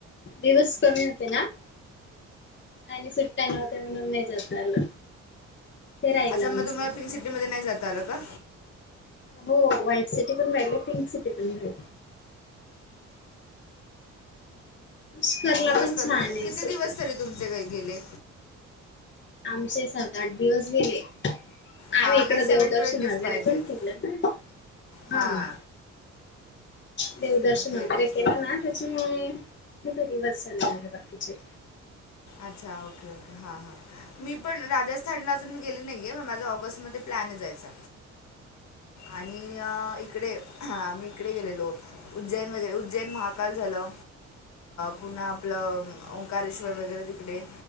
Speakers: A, on the left; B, on the left.
A: दिवस कमी होते ना आणि सुट्ट्या न होत म्हणून नाही जातलं तेरायला
B: अच्छा
A: म्हणसु
B: मग तुम्हाला पिंक नाही जात आलं का
A: हो व्हाईट सिटी पण राहिल पिंक सिटी पण राहिल पुष्करला
B: दिवस
A: पण छान
B: कमी असतात
A: आहे
B: किती
A: असं
B: दिवस तरी तुमचे काही गेले
A: आमचे सात आठ दिवस गेले आम्ही
B: हां
A: इकड
B: नाही सेवन
A: देऊ दर्शन
B: टू एट डेज
A: वगैरे
B: पाहिजेत
A: पण केलं ना
B: हां
A: हा देवदर्शन
B: सेवन टू
A: वगैरे
B: एट डेज
A: केलं
B: पण हवं
A: ना त्याच्या दिवसना नि वखचे
B: अच्छा ओके ओके हा हा मी पण राजस्थानला अजून मी गेली नाही माझा ऑगस्ट मध्ये प्लॅन जायचा आणि इकडे आम्ही इकडे गेलेलो उज्जैन वगैरे उज्जैन महाकाल झा पु्हा आपलं ओंकारेश्वर वगरे तिकडे